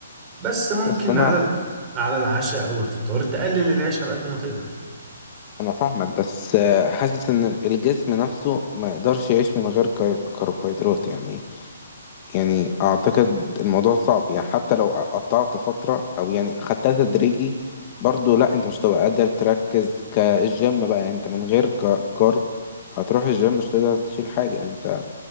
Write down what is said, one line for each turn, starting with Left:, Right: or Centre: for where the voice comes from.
Right: بس ممكن
Left: بس انا
Right: على ال- على العشاء او الفطار تقلل العيش على قد ما تقدر
Left: انا فاهمك بس آه، حاسس ان الجسم نفسه ما يقدرش يعيش من غير كار- كربوهيدرات يعني يعني اعتقد الموضوع صعب يعني حتى لو قطعت فترة او يعني خدتها تدريجي برضو لا انت مش هتبقى قادر تركز كالجيم بقى يعني انت من غير ك- كارب هتروح الجيم مش تقدر تشيل حاجة يعني انت